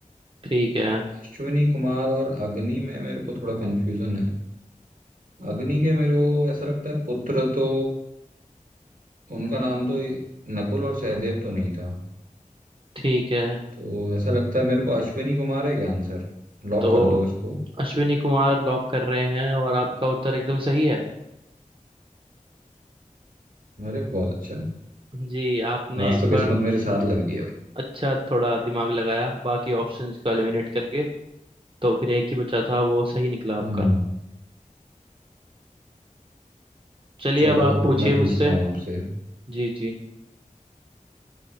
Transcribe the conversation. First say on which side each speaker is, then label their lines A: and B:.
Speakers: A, on the right; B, on the right.
A: ठीक है
B: अश्विनी कुमार और अग्नि में मेरे को थोड़ा कंफ्यूजन है अग्नि के मेरे को ऐसा लगता है पुत्र तो उनका नाम तो नकुल और सहदेव तो नहीं था
A: ठीक है
B: तो ऐसा लगता है मेरे को अश्विनी कुमार है क्या आंसर लॉक
A: तो
B: कर दो इसको
A: अश्विनी कुमार लॉक कर रहे हैं और आपका उत्तर एकदम सही है
B: अरे बहुत अच्छा
A: जी आपने
B: आज
A: इस
B: तो
A: बार
B: किस्मत मेरे साथ लग रही है भाई
A: अच्छा थोड़ा दिमाग लगाया बाकी ऑप्शंस को एलिमिनेट करके तो फिर एक ही बचा था वो सही निकला आपका
B: हम्म
A: चलिए
B: चलो
A: अब आप पूछिए
B: मैं
A: मुझसे
B: पूछता हूँ आपसे
A: जी जी